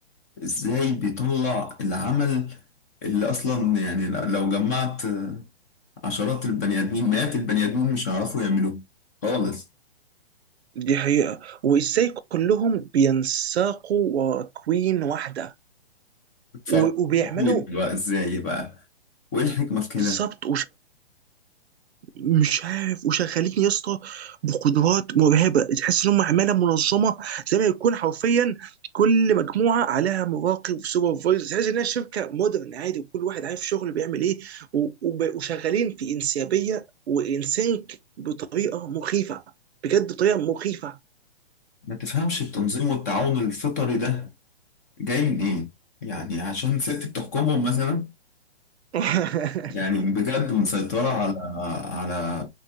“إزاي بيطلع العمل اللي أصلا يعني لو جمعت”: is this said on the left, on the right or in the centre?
Left